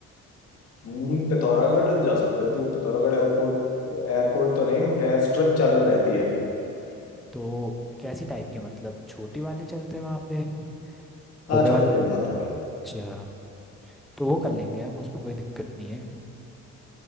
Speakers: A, on the left; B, in the centre.
A: हम्म, पिथौरागढ़ जा सकता है तू पिथौरागढ़ एयरपोर्ट एयरपोर्ट तो नहीं एयर स्ट्रिप चालू रहती है
B: तो कैसी टाइप के मतलब छोटे वाले चलते हैं वहाँ पे छोटे
A: हाँ छोटे
B: वाले
A: प्लेन आते हैं भाई
B: अच्छा तो वो कर लेंगे हम उसमें कोई दिक्कत नहीं है